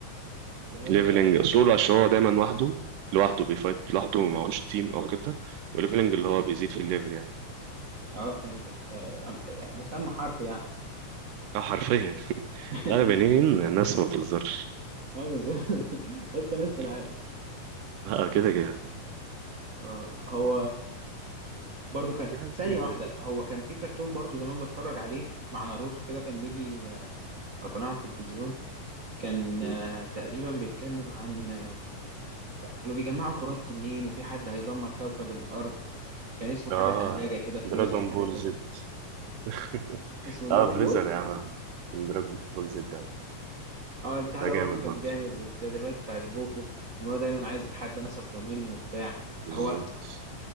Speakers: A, on the right (about 40°); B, on the right (about 85°).
A: فهمتك
B: ليفلنج سولو عشان هو دايما وحده لوحده بيفايت لوحده معهوش تيم أو كده وليفلنج اللي هو بيزيد في الليفل يعني
A: اه فهمتك آه، مسمى حرفي يعني
B: اه حرفيا <laughs>
A: <laughs>
B: لا لا بنين الناس ما بتهزرش
A: اه بالظبط <laughs> اذكى ناس في
B: <laughs>
A: العالم
B: اه كده كده
A: آه، هو برضو كان
B: في حاجات
A: ثانية
B: كتير
A: واحدة
B: برضه
A: هو كان في كرتون برضو زمان بتفرج عليه مع ناروتو كده كان بيجي آه، على قناة على التلفزيون كان
B: مم.
A: آه، تقريبا بيتكلم عن آه، كانوا بيجمعوا كرات تنين وفي حد هيدمر كوكب الأرض كان اسمه حاجة
B: اه
A: تلاجة كده فريزر
B: دراجون
A: حاجة
B: بول
A: كده
B: زد <laughs>
A: اسمه دراجون
B: اه فريزر
A: بول
B: يا عم دراجون بول زد ده
A: اه البتاع
B: ده
A: ده
B: جامد
A: برضو كان
B: برضه
A: جامد والتدريبات بتاعت جوكو ان هو دايما عايز يتحدى ناس اقوى منه وبتاع
B: بالظبط
A: هو